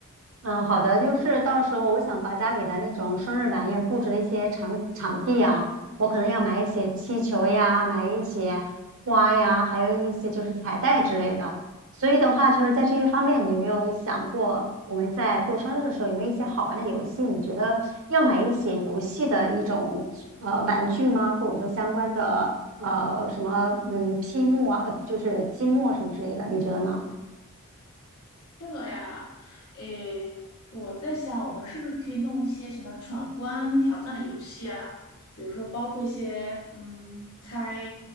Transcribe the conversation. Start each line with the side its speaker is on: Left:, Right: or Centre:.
Right: 嗯，好的，就是到时候我想把家里的那种生日晚宴布置的一些场场地啊，我可能要买一些气球呀，买一些花呀，还有一些就是彩带之类的。所以的话，就是在这一方面，你有没有想过我们在过生日的时候有没有一些好玩的游戏？你觉得要买一些游戏的一种呃玩具吗？或者说相关的呃什么嗯积木啊，呃就是积木啊什么之类的，你觉得呢？
Left: 这个呀，诶，我在想，我们是不是可以弄一些什么闯关挑战的游戏啊？比如说，包括一些嗯猜